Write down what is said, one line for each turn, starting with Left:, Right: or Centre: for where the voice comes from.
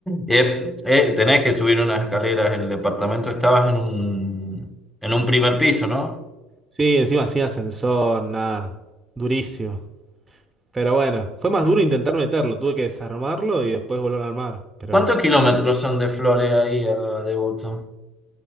Centre: Eh, eh, tenés que subir unas escaleras. El departamento estabas en un, en un primer piso, ¿no?
Right: Sí, encima sin ascensor, nada. Durísimo. Pero bueno, fue más duro intentar meterlo. Tuve que desarmarlo y después volver a armar. Pero.
Centre: ¿Cuántos kilómetros son de Flores ahí a Devoto?